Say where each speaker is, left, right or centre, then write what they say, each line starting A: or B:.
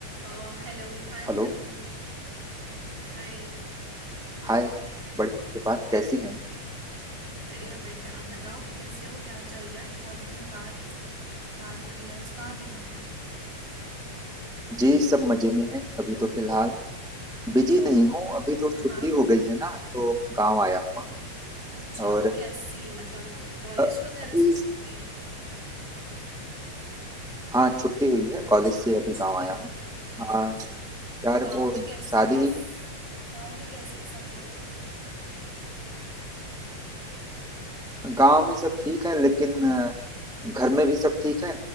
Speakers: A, on the right; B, in the centre.
A: ओ हेलो हाय
B: Hello
A: भानु हाय
B: hi बड़ी के बात कैसी हैं
A: बढ़िया बढ़िया आप बताओ कैसे हो क्या चल रहा है बहुत दिनों बाद बात हो रही है आज कहाँ बिजी थे
B: जी सब मजे में हैं अभी तो फिलहाल
A: अच्छा
B: बिजी नहीं हूँ अभी तो
A: हाँ
B: छुट्टी
A: हाँ
B: हो गई है ना तो गांव आया हुआ हूँ
A: अच्छा
B: और
A: कैसी मतलब कॉलेज
B: अ,
A: वगैरह
B: अभी
A: से छुट्टी
B: हाँ छुट्टी हुई है
A: अच्छा
B: कॉलेज से अभी
A: छुट्टी
B: गांव आया
A: हो
B: हूँ
A: गई अच्छा
B: हाँ
A: अच्छा
B: यार
A: तो गांव
B: वो
A: में कैसे
B: शादी
A: कैस
B: हुई थी
A: गांव में कैसे है सब लोग
B: गांव में सब ठीक है लेकिन अ, घर में भी सब ठीक है